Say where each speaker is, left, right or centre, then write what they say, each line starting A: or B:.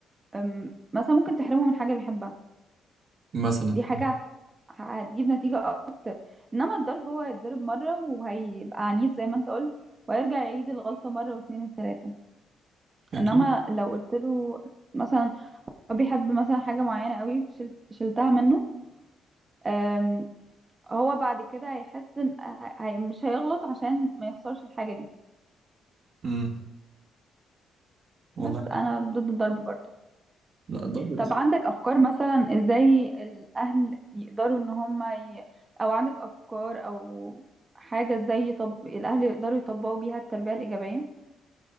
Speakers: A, on the right; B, on the right.
A: أم، مثلا ممكن تحرمه من حاجة بيحبها
B: مثلا
A: دي حاجة ه- هتجيب نتيجة أكتر إنما الضرب هو هيتضرب مرة وهيبقى عنيد زي ما أنت قلت وهيرجع يعيد الغلطة مرة واتنين وتلاتة
B: اكيد
A: إنما لو قلت له مثلا هو بيحب مثلا حاجة معينة قوي شلت شلتها منه أم، هو بعد كده هيحس إن ه- هي- مش هيغلط عشان ما يخسرش الحاجة دي
B: امم والله
A: بس
B: عندك-
A: أنا ضد الضرب برضه
B: لا الضرب ده
A: طب عندك افكار مثلا ازاي الاهل يقدروا ان هم ي... او عندك افكار او حاجة ازاي يطب... الاهل يقدروا يطبقوا بيها التربية الايجابية